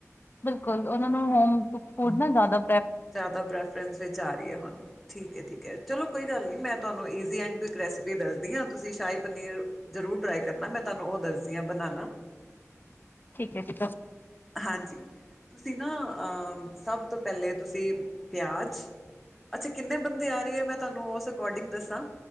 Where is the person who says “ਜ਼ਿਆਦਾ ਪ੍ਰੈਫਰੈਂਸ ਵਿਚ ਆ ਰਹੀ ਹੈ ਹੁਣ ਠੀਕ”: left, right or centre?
Centre